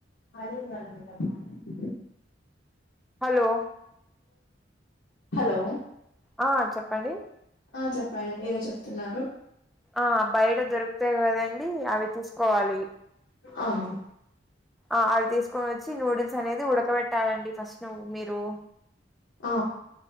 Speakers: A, on the left (about 75°); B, in the centre.
A: <unintelligible>
B: హలో
A: హలో
B: ఆ చెప్పండి
A: ఆ చెప్పనండి ఏదో చెప్తున్నారు,
B: ఆ బయట దొరుకుతాయి కదండి అవి తీసుకోవాలి,
A: ఆహా
B: ఆ అవి తీసుకొని వచ్చి నూడిల్స్ అనేది ఉడకబెట్టాలండి ఫస్ట్ నువ్ మీరు
A: ఆ